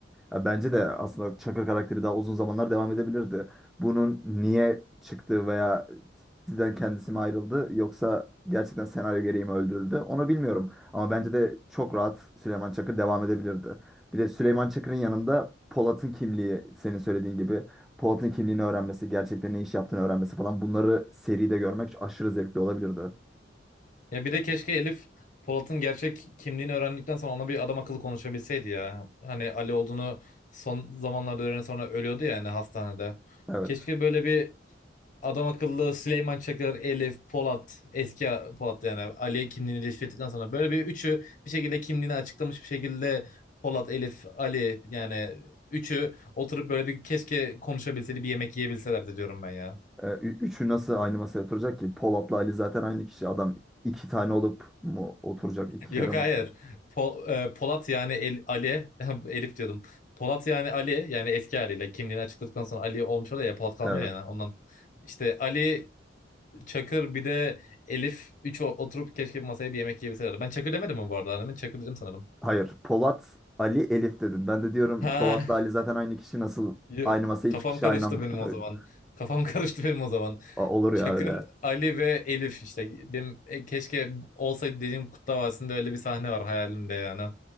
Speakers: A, in the centre; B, on the left.
A: ya bence de aslında Çakır karakteri daha uzun zamanlar devam edebilirdi. Bunun niye çıktığı veya sizden kendisi mi ayrıldı yoksa gerçekten senaryo gereği mi öldürüldü? Onu bilmiyorum. Ama bence de çok rahat Süleyman Çakır devam edebilirdi. Bir de Süleyman Çakır'ın yanında Polat'ın kimliği senin söylediğin gibi Polat'ın kimliğini öğrenmesi, gerçekten ne iş yaptığını öğrenmesi falan bunları seride görmek aşırı zevkli olabilirdi.
B: Ya bir de keşke Elif Polat'ın gerçek kimliğini öğrendikten sonra ona bir adam akıllı konuşabilseydi ya. Hani Ali olduğunu son zamanlarda öğrenen sonra ölüyordu ya hani hastanede.
A: Evet.
B: Keşke böyle bir adam akıllı Süleyman Çakır, Elif, Polat, eski Polat yani Ali kimliğini keşfettikten sonra böyle bir üçü bir şekilde kimliğini açıklamış bir şekilde Polat, Elif, Ali yani üçü oturup böyle bir keşke konuşabilseydi bir yemek yiyebilselerdi diyorum ben ya.
A: Ee, ü- üçü nasıl aynı masaya oturacak ki? Polat'la Ali zaten aynı kişi. Adam iki tane olup mu oturacak iki
B: Yok
A: kere masaya?
B: hayır. Po- e, Polat yani El- Ali, <laughs> Elif diyordum. Polat yani Ali yani eski haliyle kimliğini açıkladıktan sonra Ali olmuş oluyor ya Polat kalmıyor
A: Evet.
B: yani ondan. İşte Ali, Çakır bir de Elif üç o- oturup keşke bir masaya bir yemek yiyebilselerdi. Ben Çakır demedim mi bu arada annemin? Çakır dedim sanırım.
A: Hayır. Polat, Ali, Elif dedin. Ben de diyorum
B: Ha,
A: Polat'la Ali zaten aynı kişi. Nasıl
B: <laughs> yo-
A: aynı masaya
B: kafam
A: iki kişi
B: karıştı
A: aynı anda
B: benim
A: oturuyor?
B: o zaman. Kafam <laughs> karıştı benim o zaman.
A: O- Olur ya
B: Çakır,
A: öyle.
B: Ali ve Elif işte. Benim, e, keşke olsaydı dediğim Kurtlar Vadisi'nde öyle bir sahne var hayalimde yani.